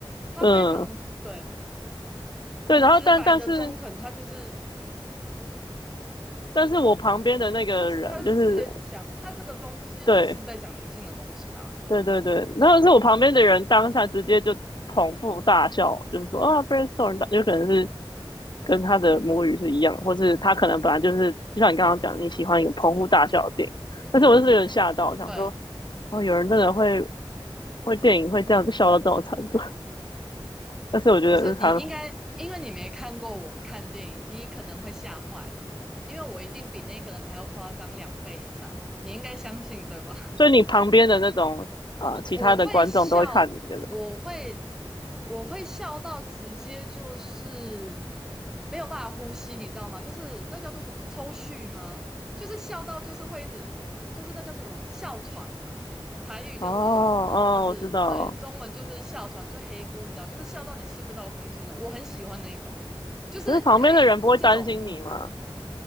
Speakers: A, in the centre; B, on the left.
A: 他非常对
B: 嗯，对，然后但但是
A: 直白的中肯，他就是
B: 但是我旁边的那个人就是
A: 就只是他是直接讲，他这个东西就是在讲灵性的东西啦。
B: 对对对对，然后是我旁边的人当下直接就捧腹大笑，就是说啊，brainstorm，有可能是跟他的母语是一样，或是他可能本来就是，就像你刚刚讲，你喜欢一个捧腹大笑的电影，但是我就是有点吓到，想说，
A: 对，
B: 哦，有人真的会会电影会这样子笑到这种程度，但是我觉得是常，
A: 不是你应该，因为你没看过我看电影，你可能会吓坏，因为我一定比那个人还要夸张两倍以上，你应该相信对吧？
B: 所以你旁边的那种啊，其他的观众都会看你那种，
A: 我会笑，我会我会笑到直接就是没有办法呼吸，你知道吗？就是那叫做什么抽蓄吗？就是笑到就是会一直就是那叫做什么哮喘啊，台语叫做就是对，
B: 哦，哦，我知道，
A: 中文就是哮喘，就黑姑，你知道，就是笑到你吸不到空气那种。我很喜欢那一种，就是可以这种。
B: 可是旁边的人不会担心你吗？